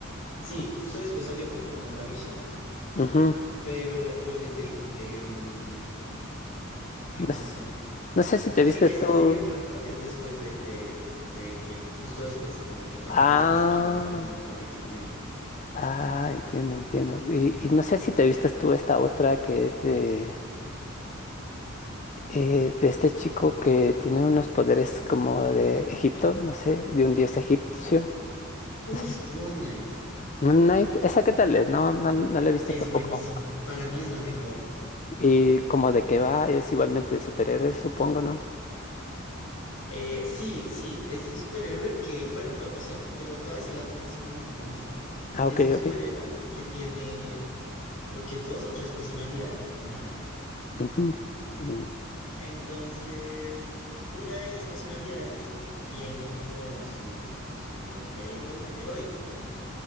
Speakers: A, on the left; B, on the left.
A: Sí,
B: ¿no?
A: justo después salió como WandaVision,
B: Ujú.
A: pero lo que te digo, em, ay,
B: No
A: ¿cómo
B: sé,
A: se llama?
B: no sé si te
A: Ah,
B: viste
A: sí, esta
B: tú.
A: serie de Falcon es después de, de, de Endgame, justo después, como lo que pasa
B: Ah.
A: después y quién va a ser el nuevo Capitán América.
B: Ah, entiendo, entiendo. Y, y no sé si te vistes tú esta otra que es de, eh, de este chico que tiene unos poderes como de Egipto, no sé, de un dios egipcio, no
A: Uf,
B: sé.
A: Moon Knight
B: Moon Knight, ¿esa qué tal es? No, no, no la he visto
A: es
B: tampoco.
A: buenísima. Para mí es la mejor.
B: Y como de qué va, es igualmente de superhéroes, supongo, ¿no?
A: Eh, sí, sí, es de un superhéroe que, bueno, te- o sea, te lo, te voy a decir la trama así como muy por encima.
B: Ah,
A: Es
B: ok,
A: de un superhéroe
B: ok.
A: que tiene, creo que dos o tres personalidades, imagínate.
B: Ujú. Mm,
A: Entonces, una de esas personalidades tiene como su, su alter ego heroico.